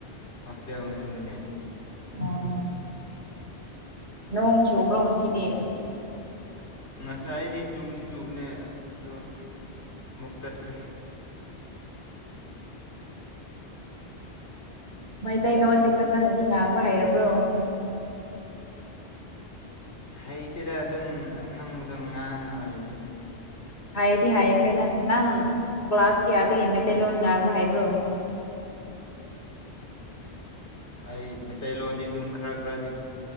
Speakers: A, on the left; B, on the left.
A: ꯍꯁꯇꯦꯜ ꯅꯨꯡꯗꯅꯦ
B: ꯑꯣ ꯅꯣꯡ ꯆꯣꯡꯕ꯭ꯔꯣ ꯉꯁꯤꯗꯤ
A: ꯉꯁꯥꯏ ꯑꯩꯗꯤ ꯆꯨꯗꯤ ꯆꯨꯕꯅꯦ ꯑꯗꯣ ꯑꯃꯨꯛ ꯆꯠꯈ꯭ꯔꯦ
B: ꯃꯩꯇꯩꯥꯏꯂꯣꯟꯗꯤ ꯐꯥꯖꯅꯦ ꯗꯤ ꯉꯥꯡꯕ ꯍꯥꯏꯔꯕ꯭ꯔꯣ
A: ꯍꯩꯇꯦꯗ ꯑꯗꯨꯝ ꯑꯈꯪꯕꯗꯣ ꯉꯥꯡꯉ ꯂꯩꯕꯅꯤꯗ
B: ꯍꯥꯏꯌꯦꯗꯤ ꯍꯥꯏꯌꯦ ꯈ꯭ꯔꯦꯗ ꯅꯪ ꯀ꯭ꯂꯥꯁ ꯀꯌꯥꯗꯒꯤ ꯃꯩꯇꯩꯂꯣꯟ ꯉꯥꯡꯕ ꯍꯥꯏꯕ꯭ꯔꯣ
A: ꯑꯩ ꯃꯩꯇꯩꯂꯣꯟꯗꯤ ꯗꯨꯝ ꯈꯔ ꯈꯔꯗꯤ